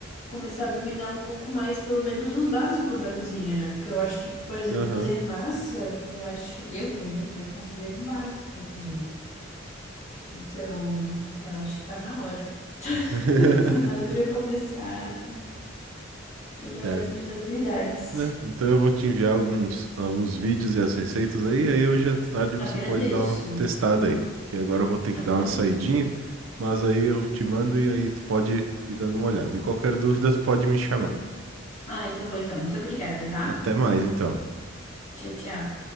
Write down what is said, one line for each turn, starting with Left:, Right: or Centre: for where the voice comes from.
Left: começar a dominar um pouco mais, pelo menos, os básicos da cozinha, né? Porque eu acho que, por exemplo,
Right: aham.
Left: fazer massa, eu acho, eu pelo menos, né, considero um básico da cozinha. Então, é, eu acho que tá na hora. <laughs>
Right: <laughs>
Left: Tá na hora de eu começar a melhorar
Right: É,
Left: as minhas habilidades.
Right: né? Então eu vou te enviar alguns, alguns vídeos e as receitas aí, aí hoje à tarde
Left: Agradeço,
Right: você pode dar uma testada aí. Que agora eu vou ter
Left: agradeço.
Right: que dar uma saidinha, mas aí eu te mando e aí tu pode ir dando uma olhada. E qualquer dúvida tu pode me chamar.
Left: Ah, tá bom então. Muito obrigada, tá?
Right: Até mais então.
Left: Tchau, tchau.